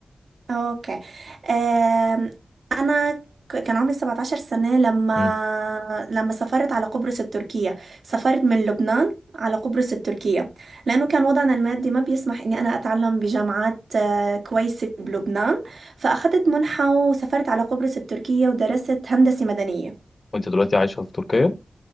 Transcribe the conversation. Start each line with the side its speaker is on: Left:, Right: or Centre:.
Right: اوكي أم، انا ك- كان عمري 17 سنة لما
Left: مم.
Right: لما سافرت على قبرص التركية سافرت من لبنان على قبرص التركية لأنه كان وضعنا المادي ما بيسمح إني أنا أتعلم بجامعات آه، كويسة بلبنان فأخذت منحة وسافرت على قبرص التركية ودرست هندسة مدنية
Left: وأنت دلوقتي عايشة في تركيا؟